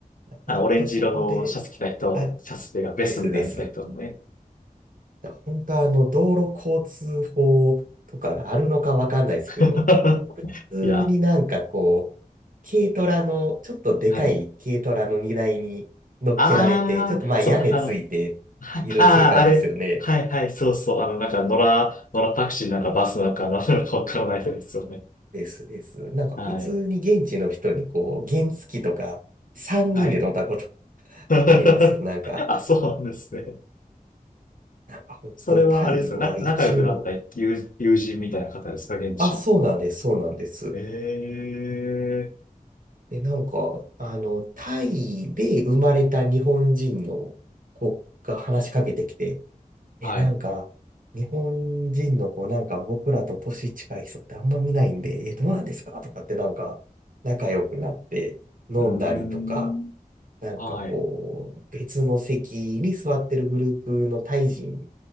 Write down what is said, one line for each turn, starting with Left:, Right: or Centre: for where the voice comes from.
Left: あの、
Right: 本当そこで、
Left: オレンジ色のシャツ着た人、
Right: あ、
Left: シャツっていうかベストみたいなの着た人のね。
Right: ですです。本当あの、道路交通法とかがあるのかわかんないですけど、
Left: <laughs>
Right: 普通になんかこう、
Left: いや、
Right: 軽トラの、ちょっとでかい軽トラの荷台に乗っけられて、
Left: はい。ああ、
Right: ちょっとまあ屋根ついて移動する感じですよね。
Left: そう、あの、はい、ああ、あれ。はいはい、そうそう。あの、なんか、野良、野良タクシーなんかバスなんか、なんなのかわからないですよね。
Right: ですです。なんか普通に現地の人にこう、
Left: はい。
Right: 原付とか3人で乗ったこと
Left: はい。<laughs>
Right: ありますよ。なんか、
Left: あ、そうなんですね。
Right: なんか本当タイは一応、
Left: それはあれですかな、仲良くなった友、友人みたいな方ですか現地の。
Right: あ、そうなんです、そうなんです。
Left: ええ
Right: で、なんか、あの、タイで生まれた日本人の子が話しかけてきて、
Left: はい。
Right: え、なんか、日本人の子、なんか僕らと年近い人ってあんま見ないんで、え、どうなんですかとかってなんか、仲良くなって飲んだりとか、
Left: うーん。
Right: なんかこう、
Left: はい。
Right: 別の席に座ってるグループのタイ人